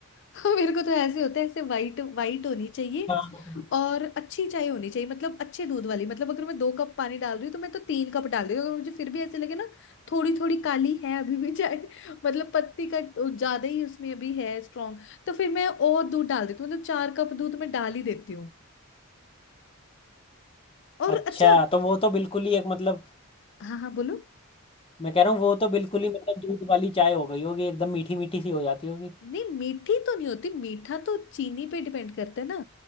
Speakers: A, on the left; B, on the left.
A: <laughs> मेरे को तो ऐसे होता है ऐसे वाइट वाइट होनी चाहिए
B: हाँ
A: और अच्छी चाय होनी चाहिए मतलब अच्छे दूध वाली मतलब अगर मैं दो कप पानी डाल रही हूँ तो मैं तो तीन कप डाल रही हूँ अगर मुझे फिर भी ऐसे लगे ना थोड़ी थोड़ी काली है अभी भी चाय <laughs> मतलब पत्ती का ज्यादा ही उसमें अभी है स्ट्रांग तो फिर मैं और दूध डाल देती हूँ मतलब चार कप दूध मैं डाल ही देती हूँ और
B: अच्छा
A: अच्छा
B: तो वो तो बिल्कुल ही एक मतलब
A: हाँ हाँ बोलो
B: मैं कह रहा हूँ वो तो बिल्कुल ही मतलब दूध वाली चाय हो गई होगी एकदम मीठी मीठी सी हो जाती होगी
A: नहीं मीठी तो नहीं होती मीठा तो चीनी पे डिपेंड करता है ना